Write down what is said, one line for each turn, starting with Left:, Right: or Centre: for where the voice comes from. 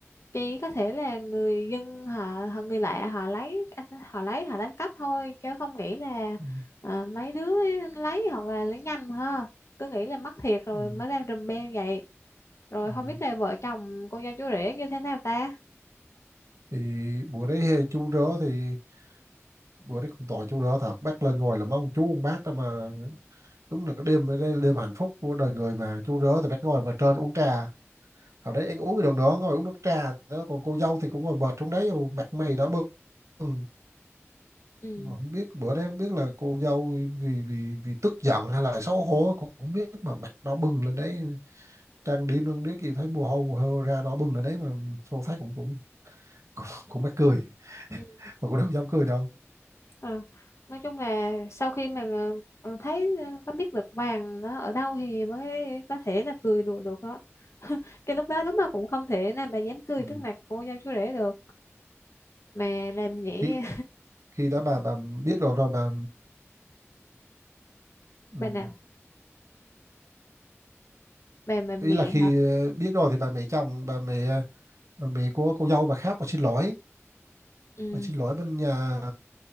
Left: Chỉ có thể là người dân họ, họ người lạ họ lấy họ lấy họ đánh cắp thôi chứ không nghĩ là
Right: Ừ.
Left: ờ, mấy đứa lấy hoặc là lấy nhầm ha cứ nghĩ là mất thiệt rồi
Right: Ừ.
Left: mới làm rùm beng vậy rồi không
Right: Ừ.
Left: biết là vợ chồng cô dâu chú rể như thế nào ta
Right: thì bữa đấy chú rớ thì bữa đấy cũng tội chú rớ thật bác lên ngồi là mấy ông chú ông bác đó mà đúng là cái đêm đấy là đêm hạnh phúc của đời người mà chú rớ thì phải ngồi vào trên uống trà ở đấy ăn uống cái đường đó ngồi uống nước trà đó. còn cô dâu thì cũng ngồi bệt xuống đấy mặt mày đỏ bừng Ừ.
Left: ừ.
Right: mà không biết bữa đấy không biết là cô dâu vì vì vì tức giận hay là xấu hổ cũng không biết mà mặt đỏ bừng lên đấy trang điểm lên biết gì thấy mồ hôi mồ hôi ra đỏ bừng lên đấy mà tôi thấy cũng cũng cũng, cũng mắc cười <laughs>
Left: Ừ.
Right: mà cũng đâu dám cười đâu
Left: Ờ, Nói chung là sau khi mà ờ, ờ, thấy ờ, có biết được vàng nó ở đâu thì mới có thể là cười đùa được đó. <laughs> Cái lúc đó đúng là cũng không thể nào mà dám cười
Right: ừ.
Left: trước mặt cô dâu chú rể được. Mà làm vậy
Right: khi khi đó bà bà biết rồi rồi bà ừ.
Left: bà nào bà bà mẹ
Right: ý là khi
Left: hả
Right: ờ, biết rồi thì bà mẹ chồng bà mẹ ờ, bà mẹ của cô dâu bà khác bà xin lỗi
Left: ừ
Right: bà xin lỗi bên nhà